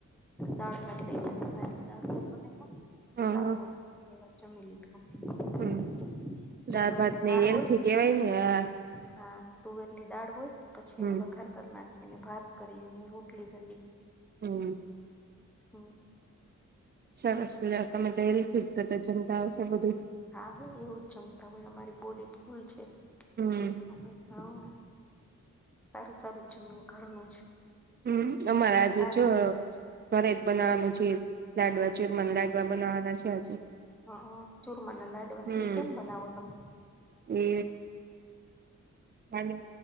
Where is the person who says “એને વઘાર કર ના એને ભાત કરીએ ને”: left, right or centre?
Centre